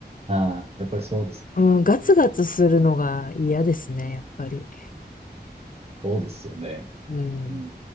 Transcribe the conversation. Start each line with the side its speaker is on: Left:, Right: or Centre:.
Right: ああ、やっぱりそうです。
Left: うん、ガツガツするのが嫌ですね、やっぱり。
Right: そうですよね。
Left: うん。
Right: うん。